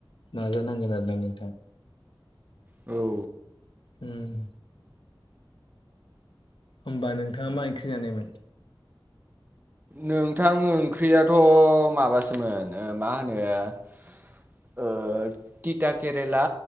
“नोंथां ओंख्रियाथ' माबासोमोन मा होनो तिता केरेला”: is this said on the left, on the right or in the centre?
Right